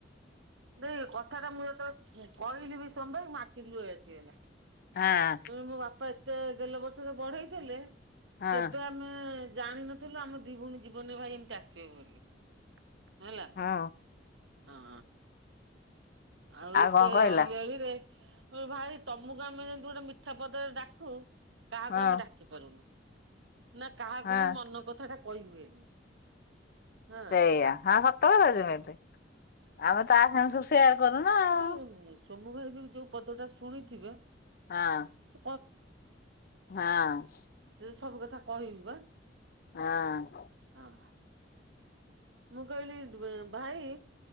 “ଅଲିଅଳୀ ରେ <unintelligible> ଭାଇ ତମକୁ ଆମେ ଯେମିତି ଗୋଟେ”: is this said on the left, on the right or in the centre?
Right